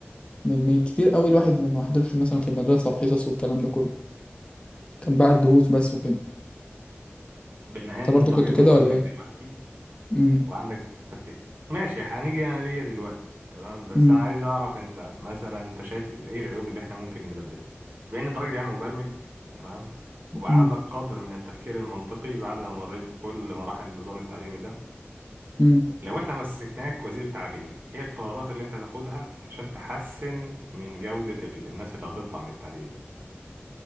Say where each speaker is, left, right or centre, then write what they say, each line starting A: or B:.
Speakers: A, on the left (about 25°); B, on the right (about 50°).
A: من من كتير قوي الواحد ما حضرش مثلا في المدرسة وحصص والكلام ده كله كان بقى الدروس بس وكده
B: بما
A: انت
B: إن
A: برضو
B: أنت
A: كنت
B: راجل
A: كده
B: مبرمج
A: ولا ايه
B: دلوقتي
A: امم
B: وعندك تفكير ماشي هنيجي انا ليا دلوقتي تمام بس
A: امم
B: انا عايز اعرف انت مثلا انت شايف ايه العيوب اللي احنا ممكن نبدلها بما ان انت راجل يعني مبرمج تمام وبقى
A: امم
B: عندك قدر من التفكير المنطقي بعد ما مريت بكل مراحل النظام التعليمي ده
A: امم
B: لو احنا مسكناك وزير تعليم ايه القرارات اللي انت تاخدها عشان تحسن من جودة ال- الناس اللي هتطلع من التعليم ده